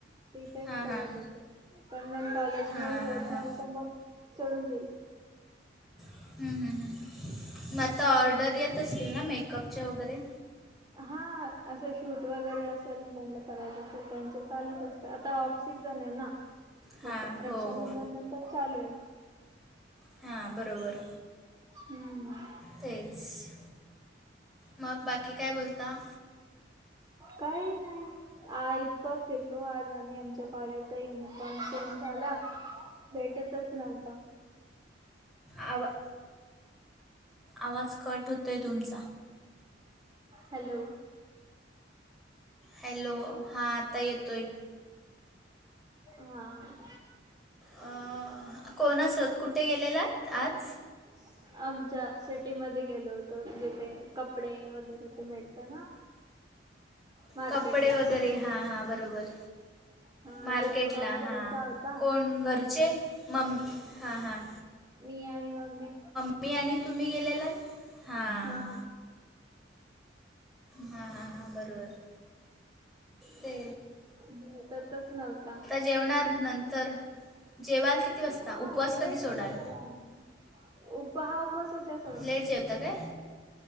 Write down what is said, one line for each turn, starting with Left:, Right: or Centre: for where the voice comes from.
Right: तिथेच
Centre: हां
Right: करत
Centre: हां
Right: होते. पण मग कॉलेज
Centre: हां
Right: मूळ होत
Centre: हां हां
Right: नव्हत. मग सोडून दिलं.
Centre: हं. हं. हं म आत्ता ऑर्डर येत असतील ना मेकअपच्या वगैरे?
Right: हा. असं शूट वगैरे असेल, त्यांना करायचं असेल त्यांचे चालूच असत. आता ऑफ सीझन ए ना?
Centre: हां
Right: मग
Centre: हो
Right: रक्षाबंधन
Centre: हो
Right: नंतर चालू <unintelligible>
Centre: हां बरोबर.
Right: हम्म.
Centre: तेच. मग बाकी काय बोलता?
Right: काही नाही. आ इतकं फिरलो आज आम्ही. आमच्या कॉलेजचा युनिफॉर्म चेंज झाला. भेटतच नव्हता.
Centre: आवा- आवाज कट होतोय तुमचा.
Right: हॅलो.
Centre: हॅलो. हां आता येतोय.
Right: हां.
Centre: आं. कोणासोत कुठे गेलेलात आज?
Right: <unintelligible> आमच्या सिटीमध्ये गेलो होतो. जिथे कपडे वगैरे ते भेटत ना? मार्केटला
Centre: कपडे वगैरे, हा. हा. बरोबर.
Right: हा
Centre: मार्केटला.
Right: युनिफॉर्म घ्यायचा
Centre: हां.
Right: होता
Centre: कोण घरचे? मम हा. हां.
Right: मी आणि मम्मी.
Centre: मी आणि तुम्ही गेलेला हां.
Right: हा
Centre: हां हां हां बरोबर ते.
Right: भेटतच नव्हता.
Centre: जेवणार नंतर, जेवाल किती वाजता?
Right: हा
Centre: उपवास कधी सोडाल?
Right: <unintelligible> उपाह उपवास उद्याच.
Centre: लेट जेवता काय